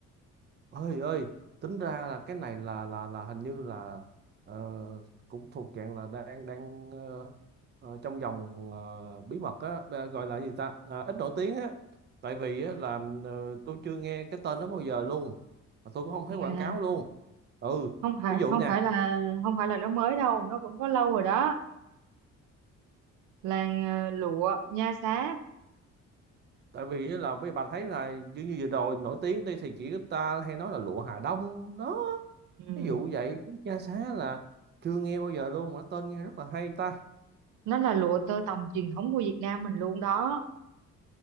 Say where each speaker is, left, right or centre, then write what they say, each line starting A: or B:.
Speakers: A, on the right; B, on the right.
A: ơi ơi tính ra là cái này là là là hình như là ờ, cũng thuộc dạng là đang đang ờ, ờ, trong vòng ờ, bí mật á ờ, gọi là gì ta Ờ, ít nổi tiếng á tại vì á là ờ, tôi chưa nghe cái tên đó bao giờ luôn mà tôi cũng không thấy
B: Nè,
A: quảng cáo luôn ừ
B: không phải
A: ví dụ
B: không
A: nha
B: phải là không phải là nó mới đâu nó cũng có lâu rồi đó làng ờ, lụa Nha Xá
A: tại vì á là mấy bà thấy là như như vừa rồi nổi tiếng đi thì chỉ ta hay nói là lụa Hà Đông đó
B: ừ.
A: ví dụ vậy chứ cha xá là chưa nghe bao giờ luôn mà tên nghe rất là hay ta
B: nó là lụa tơ tằm truyền thống của Việt Nam mình luôn đó